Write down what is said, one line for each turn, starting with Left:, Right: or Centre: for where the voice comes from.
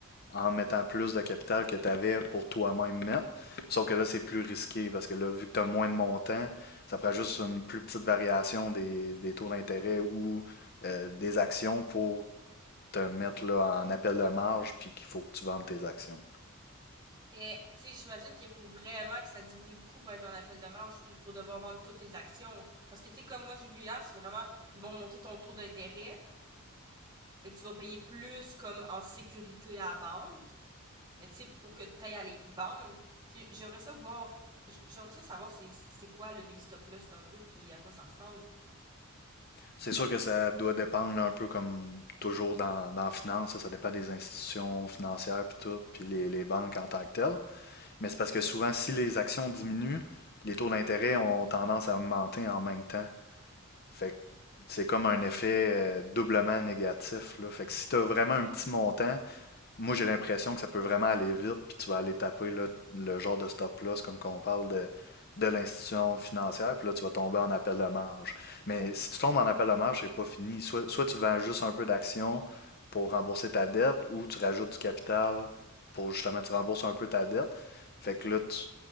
Left: en mettant plus de capital que tu avais pour toi-même mettre. Sauf que là, c'est plus risqué parce que là, vu que tu as moins de montants, ça prend juste une plus petite variation des, des taux d'intérêt ou euh, des actions pour te mettre là, en appel de marge puis qu'il faut que tu vendes tes actions.
Right: Mais tu sais, j'imagine qu'il faut vraiment que ça diminue beaucoup pour être en appel de marge puis pour devoir vendre toutes tes actions. Parce que tu sais, comme moi j'ai vu hier, c'est vraiment ils vont monter ton taux d'intérêt. Fait que tu vas payer plus comme en sécurité à la banque. Mais tu sais, pour que tu ailles à les vendre, tu sais, j'aimerais ça voir, j'aimerais ça savoir c'est c'est quoi le- les stocks là, c'est un peu, puis à quoi ça ressemble.
Left: C'est sûr que ça doit dépendre là, un peu comme toujours dans, dans la finance, ça, ça dépend des institutions financières puis tout, puis les, les banques en tant que telles. Mais c'est parce que souvent, si les actions diminuent, les taux d'intérêt ont tendance à augmenter en même temps. Fait que c'est comme un effet euh, doublement négatif, là. Fait que si tu as vraiment un petit montant, moi, j'ai l'impression que ça peut vraiment aller vite, puis tu vas aller taper là, le genre de stop-loss, comme qu'on parle de, de l'institution financière, puis là, tu vas tomber en appel de marge. Mais si tu tombes en appel de marge, c'est pas fini. Soit, soit tu vends juste un peu d'action pour rembourser ta dette, ou tu rajoutes du capital pour justement, tu rembourses un peu ta dette. Fait que là, tu-